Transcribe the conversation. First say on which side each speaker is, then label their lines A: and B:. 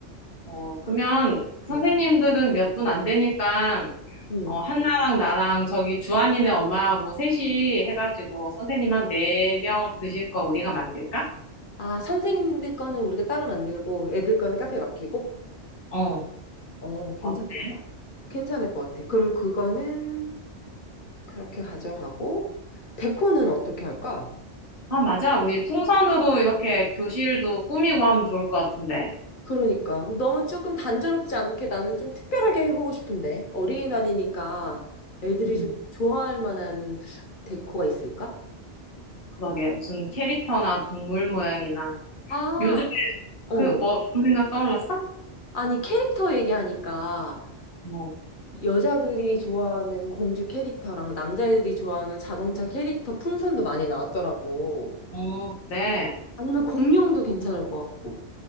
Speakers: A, on the left (about 35°); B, on the left (about 50°).
A: 어, 그러면 선생님들은
B: 음.
A: 몇 분 안 되니까,
B: 음.
A: 어, 한나랑 나랑 저기 주한이네 엄마하고 셋이 해가지고 선생님 한 네 명 드실 거 우리가 만들까?
B: 아, 선생님들 거는 우리가 따로 만들고 애들 거는 카페에 맡기고?
A: 어,
B: 어, 괜찮겠다.
A: 어때?
B: 괜찮을 것 같아. 그럼 그거는 그렇게 가져가고, 데코는 어떻게 할까?
A: 아, 맞아. 우리 풍선으로 이렇게 교실도 꾸미고 하면 좋을 것 같은데.
B: 그러니까. 너무 조금 단조롭지 않게 나는 좀 특별하게 해보고 싶은데. 어린이날이니까 애들이
A: 음,
B: 좀 좋아할 만한 데코가 있을까?
A: 그러게. 무슨 캐릭터나 동물 모양이나.
B: 아,
A: 요즘에
B: 어.
A: 그 뭐 좋은 생각 떠올랐어?
B: 아니, 캐릭터 얘기하니까
A: 어,
B: 여자들이 좋아하는 공주 캐릭터랑 남자애들이 좋아하는 자동차 캐릭터 풍선도 많이 나왔더라고.
A: 어, 그래.
B: 아니면 공룡도 괜찮을 것 같고.